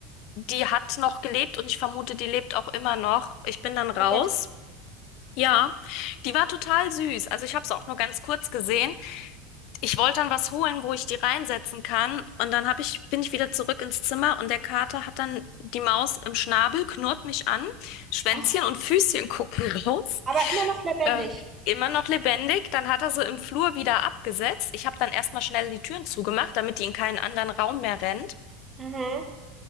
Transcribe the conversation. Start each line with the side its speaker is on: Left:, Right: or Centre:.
Left: die hat noch gelebt und ich vermute, die lebt auch immer noch. Ich bin dann raus.
Right: Oh Gott.
Left: Ja, die war total süß. Also ich habe sie auch nur ganz kurz gesehen, Ich wollte dann was holen, wo ich die reinsetzen kann. Und dann hab ich, bin ich wieder zurück ins Zimmer und der Kater hat dann die Maus im Schnabel, knurrt mich an, Schwänzchen
Right: Oh,
Left: und Füßchen gucken <laughs> raus.
Right: aber immer noch lebendig.
Left: Äh, immer noch lebendig. Dann hat er sie im Flur wieder abgesetzt. Ich habe dann erstmal schnell die Türen zugemacht, damit die in keinen anderen Raum mehr rennt.
Right: Mhm.